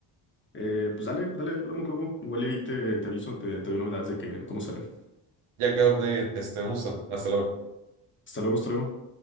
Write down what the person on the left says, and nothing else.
Eh, pues dale, dale, ahí hablamos luego, igual y ahí te, te aviso, te, te doy novedades de que, cómo sale.
Hasta luego, hasta luego.